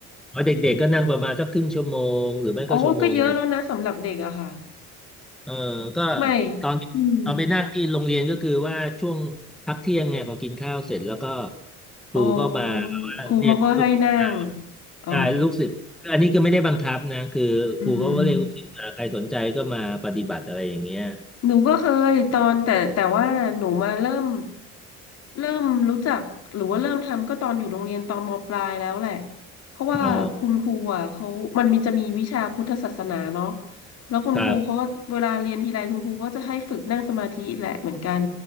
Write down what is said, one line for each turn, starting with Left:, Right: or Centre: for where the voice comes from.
Centre: อ๋อเด็กๆก็นั่งประมาณสักครึ่งชั่วโมงหรือไม่ก็ชั่วโมงหนึ่ง
Left: อ๋อก็เยอะแล้วนะสำหรับเด็กอะค่ะ
Centre: เออก็
Left: ไม่
Centre: ตอนตอนไปนั่งที่โรงเรียนก็คือว่าช่วงพักเที่ยงไงพอกินข้าวเสร็จแล้วก็
Left: อืม
Centre: ครูก็มาว่าเรียกลูกศิษย์
Left: อ๋อครูเขาก็ให้นั่งอ๋อ
Centre: ใช่ลูกศิษย์อันนี้ก็ไม่ได้บังคับนะคือครูเขาก็เรียกลูกศิษย์มาใครสนใจก็มาปฏิบัติอะไรอย่างเงี้ย
Left: อืม หนูก็เคยตอนแต่แต่ว่าหนูมาเริ่มเริ่มรู้จักหรือว่าเริ่มทำก็ตอนอยู่โรงเรียนตอนมปลายแล้วแหละเพราะว่าคุณครูอ่ะเขามันมีจะมีวิชาพุทธศาสนาเนาะ
Centre: อ๋อ
Left: แล้วคุณครูเขาก็เวลาเรียนทีไรคุณครูก็จะให้ฝึกนั่งสมาธิแหละเหมือนกัน
Centre: ครับ